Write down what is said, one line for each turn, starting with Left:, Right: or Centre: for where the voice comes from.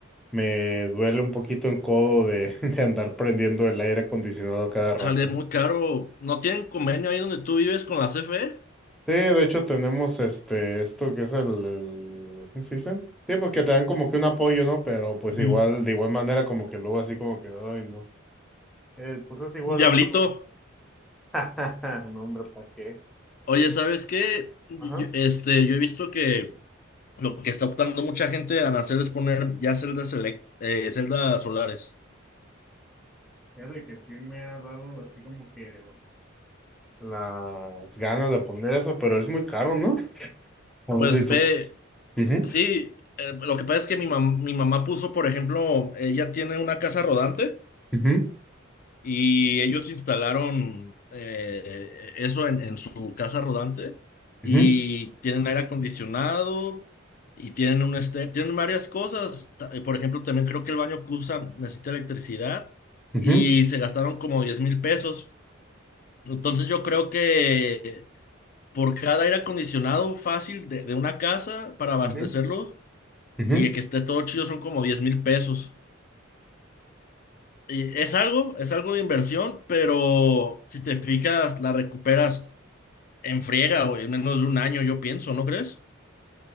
Centre: me duele un poquito el codo de, <laughs> de andar prendiendo el aire acondicionado a cada rato.
Left: sale muy caro. ¿No tienen convenio ahí donde tú vives con la CFE?
Centre: Sí, de hecho tenemos este, esto que es el, el- ¿cómo se dice? Sí, porque te dan como que un apoyo, ¿no? Pero pues
Left: Mm,
Centre: igual, de igual manera como que luego así como que, ay, no. Eh, pues es igual
Left: Un diablito.
Centre: en verba. <laughs> No, hombre, ¿para qué?
Left: Oye, ¿sabes qué? Yo-
Centre: Ajá.
Left: este, yo he visto que lo que está optando mucha gente a hacer es poner ya celdas, elec- eh, celdas solares.
Centre: Fíjate que sí me ha dado así como que las ganas de poner eso, pero es muy caro, ¿no? O
Left: Pues
Centre: No sé si tú.
Left: ve,
Centre: Ujú,
Left: sí, eh, lo que pasa es que mi mam- mi mamá puso, por ejemplo, ella tiene una casa rodante.
Centre: ujú,
Left: Y ellos instalaron eh, eso en, en su casa rodante y
Centre: ujú,
Left: tienen aire acondicionado y tienen un este, tienen varias cosas. Ta- eh, Por ejemplo, también creo que el baño que usan necesita electricidad
Centre: ujú,
Left: y
Centre: ujú,
Left: se gastaron como diez mil pesos. Entonces yo creo que por cada aire acondicionado fácil de, de una casa para abastecerlo
Centre: ujú, ujú,
Left: y que esté todo chido son como diez mil pesos. Y es algo, es algo de inversión, pero si te fijas, la recuperas en friega o en menos de un año, yo pienso, ¿no crees?